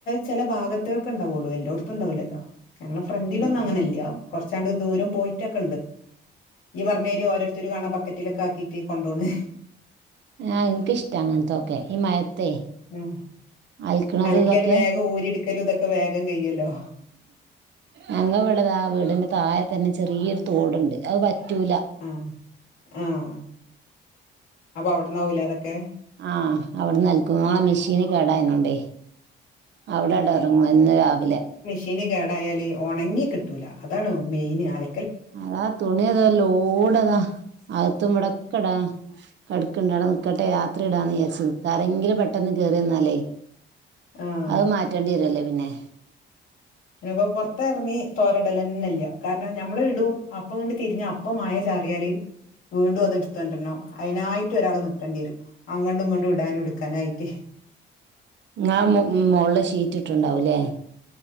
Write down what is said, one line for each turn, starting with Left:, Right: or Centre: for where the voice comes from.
Left: ചെല ഭാഗത്ത്ക്കെ ഇണ്ടാവാെള്ളു എല്ലാേട്ത്തും ഇണ്ടാവൂല്ലല്ലോ ഞങ്ങളെ ഫ്രണ്ടിലഒന്നും
Right: ആഹ്
Left: അങ്ങനെ ഇല്ല കുറച്ചാണ്ട് ദൂരം പോയി റ്റൊക്കെണ്ട് ഇയ്യ് പറഞ്ഞെരി ഓരോര്ത്തര് കാണാ ബക്കറ്റിലൊക്കെ ആക്കീട്ട് കൊണ്ടോണ്
Right: ആഹ് ഇൻക്ക് ഇഷ്ട്ടാ അങ്ങൻതെക്കെ ഈ മഴത്തെ
Left: ഉം
Right: അലക്കണത്
Left: അലക്ക്യാല്
Right: ഇതൊക്കെ
Left: വേഗം ഊരിട്ക്കലും ഇതൊക്കെ വേഗം കയ്യോല്ലോ
Right: ഞങ്ങ ഇവടെതാ വീടിന്റെ താഴത്തന്നെ ചെറിയൊര് തേട്ണ്ട് അഅ് വറ്റൂല്ല
Left: അഹ് ആഹ് അപ്പ അവിട്ന്നാവുംലെ അതൊക്കെ
Right: ആഹ് അവിട്ന്നൽക്കും ങ്ങളെ മെഷീന് കേടായിന്നോണ്ടേ അവ്ടെട്എറങ്ങും എന്നുംരാവിലെ
Left: ഷീന് കേടായാല് ഒണങ്ങി കിട്ടൂല അതാണ് മെയിന് അല
Right: അതാ തുണിയതാ ലോടതാ അകത്തും ഇവടെക്കടാ കട്ക്ക്ണ്ട് ആടെ നിക്കട്ടെ രാത്രി ഇടാന്ന് ഇയാരിച് ആരെങ്കിലും പെട്ടെന്ന് കേറ്യന്നാലേ
Left: ആഹ്
Right: അഅ് മാറ്റേണ്ടി വരൊല്ലാെ പിന്നെ
Left: പിന്നപ്പൊ പാെറത്ത് എർങ്ങി തോരടലന്നെല്ല കാരണം നമ്മള് ഇടും അപ്പ ങ്ങട്ട് തിരിഞ്ഞപ്പ് അപ്പ മഴ ചാറിയാല് വീണ്ടും അത് ഇട്ത്താെണ്ട്രരണം അയ്നായിട്ട് ഒരാള് നിക്കണ്ട്യരും അങ്ങട്ടും ഇങ്ങട്ടും ഇടാനും ഇട്ക്കാനായിട്ട്
Right: ങ്ങ മോ മോൾല് ഷീറ്റ് ഇട്ട്ണ്ടാവുല്ലേ